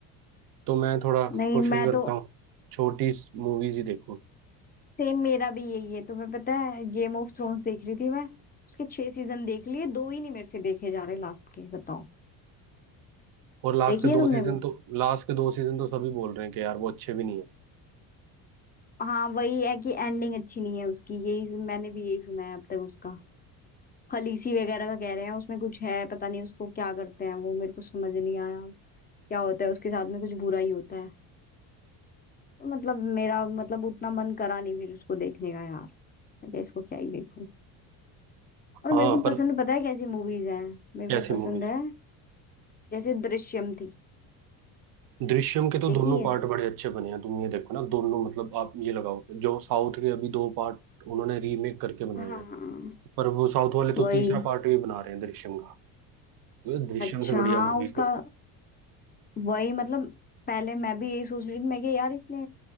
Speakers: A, on the right (about 45°); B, on the left (about 20°).
A: तो मैं थोड़ा
B: नहीं
A: कोशिश
B: मैं
A: करता
B: तो
A: हूँ छोटी मूवीज ही देखूँ
B: सेम मेरा भी यही है तुम्हें पता है गेम ऑफ थ्रोन्स देख रही थी मैं उसके छह सीजन देख लिए दो ही नहीं मेरे से देखे जा रहे लास्ट के बताओ
A: और लास्ट
B: देखी
A: के दो
B: है तुमने
A: सीजन
B: वो
A: तो लास्ट के दो सीजन तो सभी बोल रहे हैं कि यार वो अच्छे भी नहीं है
B: हाँ वही है कि एंडिंग अच्छी नहीं है उसकी यही मैंने भी यही सुना है अब तक उसका खलीसी वगैरह का कह रहे हैं उसमें कुछ है पता नहीं उसको क्या करते हैं वो मेरे को समझ नहीं आया क्या होता है उसके साथ में कुछ बुरा ही होता है तो मतलब मेरा मतलब उतना मन करा नहीं फिर उसको देखने का यार मैं क्या इसको क्या ही देखूं
A: हाँ
B: और मेरे को
A: पर
B: पसंद पता है कैसी मूवीज हैं मेरे
A: कैसी
B: को
A: मूवीज
B: पसंद है जैसे दृश्यम थी
A: दृश्यम के तो
B: देखी
A: दोनों
B: है
A: पार्ट बड़े अच्छे बने हैं तुम ये देखो ना दोनों मतलब आप ये लगाओ कि जो साउथ के अभी दो पार्ट उन्होंने रीमेक करके बनाए
B: हाँ
A: हैं पर वो साउथ वाले तो
B: वही
A: तीसरा पार्ट भी बना रहे हैं दृश्यम का वो दृश्यम
B: अच्छा
A: से बढ़िया
B: हाँ
A: मूवी
B: उसका
A: को
B: वही मतलब पहले मैं भी यही सोच रही थी मैं कि यार इसने